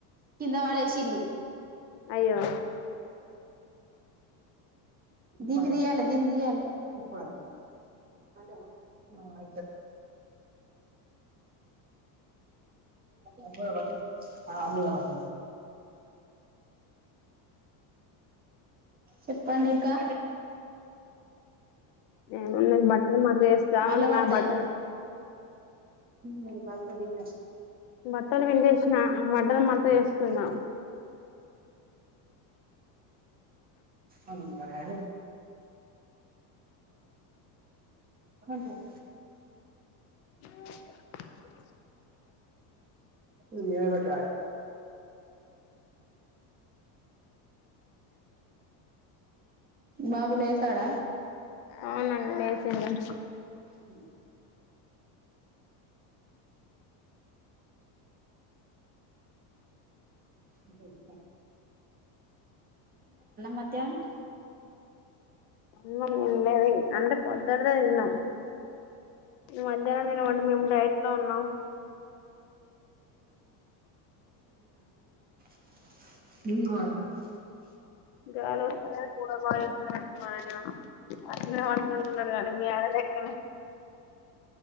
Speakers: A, on the right (about 20°); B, on the left (about 55°).
A: కింద పడేషన్లు
B: అయ్యో
A: దీన్ని తీయాలి అంతేనా ఆ ఇట్లా పట్టు చెప్పండి ఇంకా
B: నేను బట్టలు మడత చేస్తా
A: మళ్ళ
B: ఉన్నా
A: పడుతయ్
B: బట్టలు
A: మరి బత్తా తీద్దాం
B: బట్టలు పిండేసిన బట్టలు మడత చేస్తున్న
A: అవునా <inaudible>
B: <inaudible>
A: ఇది ఏడ పెట్టిరావాలె బాబు లేసాడ
B: అవునండి లేసిండు
A: హు తింటా తింటా మధ్యాహ్నం
B: అమ్మమ్మ ఉండది అంటే పొద్దటిదే తిన్నాం మధ్యాహ్నం తినమండి మేము డైట్ లో ఉన్నాం
A: <inaudible>
B: గాలి వస్తే కూలర్ బాగుచేస్తలేడండి మా ఆయన మొండి వున్నాడుకదా మీ ఆయన లెక్కనే